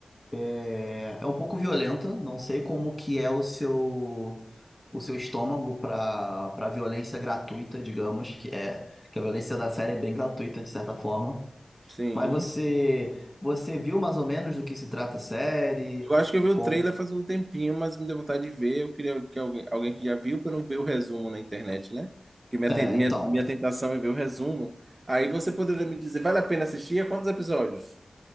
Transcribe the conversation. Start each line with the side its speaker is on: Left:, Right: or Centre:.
Centre: É, é um pouco violenta, não sei como que é o seu o seu estômago pra para violência gratuita, digamos, que é que a violência da série é bem gratuita de certa forma.
Right: Sim.
Centre: Mas você você viu mais ou menos do que se trata a série,
Right: Eu acho que
Centre: de
Right: eu vi
Centre: como
Right: o trailer faz um tempinho, mas me deu vontade de ver. Eu queria que alguém, alguém que já viu para não ver o resumo na internet, né? Porque minha,
Centre: É,
Right: ten- minha,
Centre: então,
Right: minha tentação é ver o resumo. Aí você poderia me dizer, vale a pena assistir? A Quantos episódios?